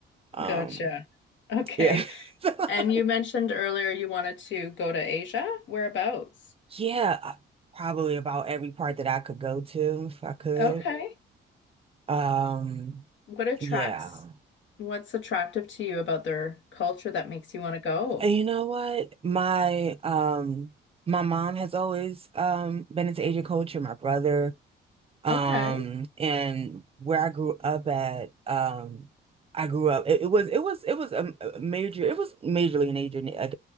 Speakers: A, on the right; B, on the left.
A: Um,
B: Gotcha. Okay.
A: yeah. <laughs>
B: And you mentioned earlier you wanted to go to Asia. Whereabouts?
A: Yeah, I- probably about every part that I could go to if I could.
B: Okay.
A: Um,
B: What attracts,
A: yeah.
B: what's attractive to you about their culture that makes you want to go?
A: And You know what? My um my mom has always um been into Asian culture. My brother, um,
B: Okay.
A: and where I grew up at, um, I grew up. It, it was it was it was a, a major. It was majorly an Asian, a,